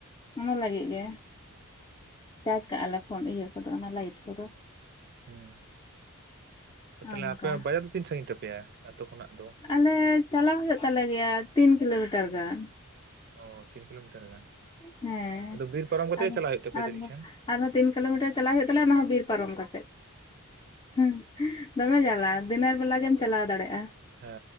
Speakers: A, on the left; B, on the right.
A: ᱚᱱᱟ ᱞᱟᱜᱤᱜ ᱜᱮ᱾ ᱪᱟᱡ ᱠᱟᱼᱟᱞᱮ ᱯᱷᱳᱱ ᱤᱭᱟᱹ ᱠᱚᱫᱚ ᱚᱱᱟ ᱞᱟᱭᱤᱴ ᱠᱚᱫᱚ᱾
B: ᱦᱩᱸ, ᱛᱟᱦᱞᱮ
A: ᱟᱨ ᱱᱚᱝᱠᱟ
B: ᱟᱯᱮᱭᱟᱜ ᱵᱟᱡᱟ ᱫᱚ ᱛᱤᱱ ᱥᱟᱺᱜᱤᱧ ᱛᱟᱯᱮᱭᱟ ᱟᱛᱳ ᱠᱷᱚᱱᱟᱜ ᱫᱚ?
A: ᱟᱞᱮ ᱪᱟᱞᱟ ᱦᱳᱭᱳ ᱛᱟᱞᱮ ᱜᱮᱭᱟ ᱛᱤᱱ ᱠᱤᱞᱳᱢᱤᱴᱟᱨ ᱜᱟᱱ᱾
B: ᱚ ᱛᱤᱱ ᱠᱤᱞᱳᱢᱤᱴᱟᱨ ᱜᱟᱱ,
A: ᱦᱮᱸ
B: ᱟᱫᱚ ᱵᱤᱨ ᱯᱟᱨᱚᱢ ᱠᱟᱛᱮ
A: ᱟᱫᱚ
B: ᱜᱮ ᱪᱟᱞᱟ ᱦᱩᱭᱩᱜ ᱛᱟᱯᱮᱭᱟ
A: ᱟᱨᱦᱚᱸ
B: ᱡᱟᱹᱱᱤᱡ ᱠᱷᱟᱱ᱾
A: ᱟᱨᱦᱚᱸ ᱛᱤᱱ ᱠᱤᱞᱳᱢᱤᱴᱟᱨ ᱪᱟᱞᱟᱜ ᱦᱩᱭᱩᱜ ᱛᱟᱞᱮᱭᱟ ᱚᱱᱟ ᱦᱚᱸ ᱵᱤᱨ ᱯᱟᱨᱚᱢ ᱠᱟᱛᱮᱜ᱾ ᱦᱩᱸ ᱫᱚᱢᱮ ᱡᱟᱞᱟ ᱫᱤᱱᱮᱨ ᱵᱮᱞᱟ ᱜᱮᱢ ᱪᱟᱞᱟᱣ ᱫᱟᱲᱮᱜᱼᱟ᱾
B: ᱦᱟ᱾